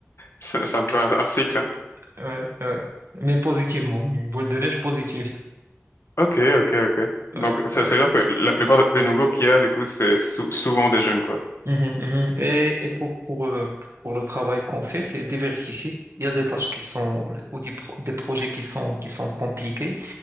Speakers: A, on the left; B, on the right.
A: C'est c'est un peu un, un cycle, hein.
B: Ouais, ouais. Mais positivement, une boule de neige positive.
A: Ok, ok, ok. Donc,
B: Ouais,
A: ça,
B: ouais.
A: ça veut dire que la plupart des nouveaux qu'il y a, du coup, c'est sou- souvent des jeunes, quoi.
B: Mhm, mhm. Et, et pour, pour, euh, pour le travail qu'on fait, c'est diversifié. Il y a des tâches qui sont, ou des, pro- des projets qui sont, qui sont compliqués,